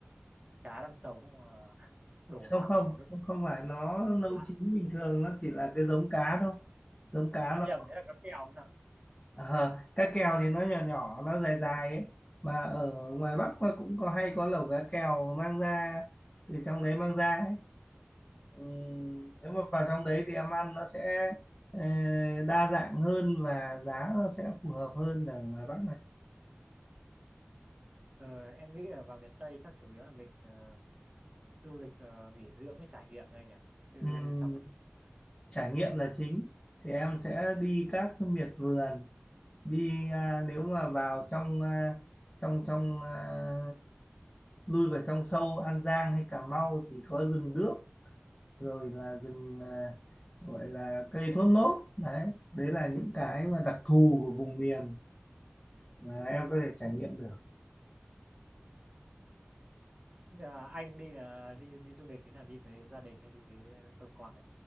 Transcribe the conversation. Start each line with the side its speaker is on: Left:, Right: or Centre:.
Right: cá đang sống mà <laughs> đổ
Left: không
Right: thẳng
Left: không
Right: vào nồi nước
Left: không không phải nó nấu
Right: à,
Left: chín bình thường nó chỉ là cái giống cá thôi giống cá
Right: em
Left: nó
Right: nhầm đấy là cá kèo không ạ?
Left: ờ, cá kèo thì nó nhỏ nhỏ nó dài dài ấy mà ở ngoài Bắc nó cũng có hay có lẩu cá kèo mang ra từ trong đấy mang ra ấy Ừm, nếu mà vào trong đấy thì em ăn nó sẽ ờ, đa dạng hơn và giá nó sẽ phù hợp hơn ở ngoài Bắc này
Right: Ờ, em nghĩ là vào miền Tây chắc chủ yếu là mình ờ, du lịch ờ, nghỉ dưỡng với trải nghiệm thôi nhỉ chứ
Left: Ừm,
Right: trong mình
Left: trải nghiệm là chính thì em sẽ đi các miệt vườn đi à, nếu mà vào trong à, trong trong à, lui vào trong sâu An Giang hay Cà Mau thì có rừng đước rồi là rừng à, gọi là cây thốt nốt đấy đấy là những cái mà đặc thù của vùng miền mà em có thể trải nghiệm được
Right: là anh đi là đi đi du lịch thì là đi với gia đình hay đi với ờ, cơ quan ạ?